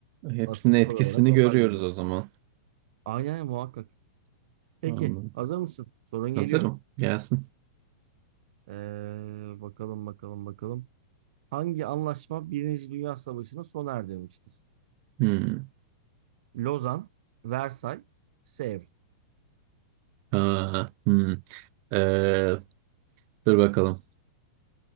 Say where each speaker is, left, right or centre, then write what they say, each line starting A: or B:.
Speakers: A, on the right (about 40°); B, on the right (about 60°).
A: Hepsinin
B: Asıl soru
A: etkisini
B: olarak onlar
A: görüyoruz
B: geliyor.
A: o zaman.
B: Aynen muhakkak. Peki
A: Anladım.
B: hazır mısın? Sorun geliyor.
A: Hazırım. Gelsin.
B: Ee, bakalım bakalım bakalım. Hangi anlaşma Birinci Dünya Savaşı'nı sona erdirmiştir?
A: Hmm.
B: Lozan, Versay, Sevr.
A: Aa, hmm. Ee, dur bakalım.